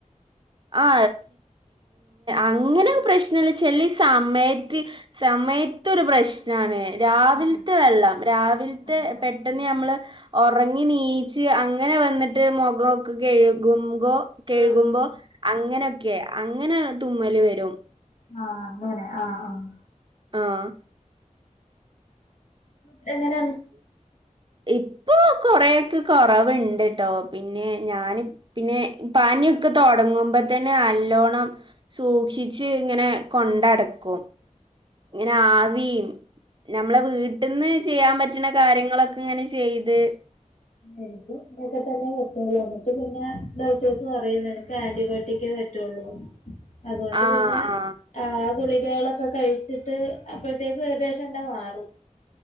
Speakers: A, on the right (about 35°); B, on the left (about 70°).
A: ആ അങ്ങനെ പ്രശ്നല്ല ചെലെ സമയത്ത് സമയത്തൊരു പ്രശ്നാണ് രാവിലത്തെ
B: ആ
A: വെള്ളം രാവിലത്തെ
B: ആ
A: പെട്ടെന്ന് നമ്മള് ഒറങ്ങി നീച്ച് അങ്ങനെ വന്നിട്ട് മൊഖോക്കെ കഴുകുമ്പോ കെഴുകുമ്പോ
B: ആ
A: അങ്ങനൊക്കെ അങ്ങനെ തുമ്മല് വരും
B: ആഹ് അങ്ങനെ ആഹ് ആഹ്
A: ആഹ്
B: ഇപ്പം എങ്ങന
A: ഇപ്പൊ കൊറേക്കെ കുറവ് ണ്ട് ട്ടോ പിന്നെ ഞാന് പിന്നെ പനിക്കെ തുടങ്ങുമ്പോത്തേന് നല്ലോണം സൂക്ഷിച്ച് ഇങ്ങനെ കൊണ്ടടക്കും ഇങ്ങനെ ആവി നമ്മളെ വീട്ടിൽന്ന് ചെയ്യാൻ പറ്റുന്ന കാര്യങ്ങളൊക്കെ ഇങ്ങനെ ചെയ്ത്
B: എനിക്ക് അങ്ങനൊക്കെ തന്നെ പറ്റ്വൊള്ളൂ അന്നട്ട് പിന്നെ ഡോക്ട്ടേഴ്സ് പറയും നിനക്ക് ആന്റിബയോട്ടിക്കെ പ പറ്റുള്ളൂ അതുകൊണ്ട്
A: ആ
B: പിന്നെ
A: ആ
B: ആ ഗുളികകളൊക്കെ കഴി ച്ചിട്ട് അപ്പോഴത്തേക്ക് ഏകദേശം തന്നെ മാറും